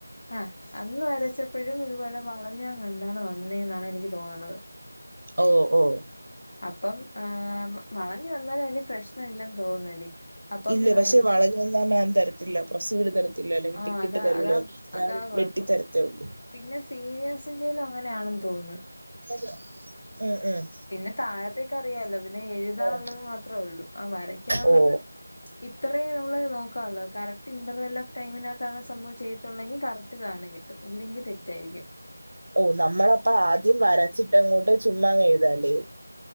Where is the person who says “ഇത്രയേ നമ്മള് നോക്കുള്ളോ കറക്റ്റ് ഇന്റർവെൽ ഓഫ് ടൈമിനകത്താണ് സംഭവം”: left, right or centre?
Left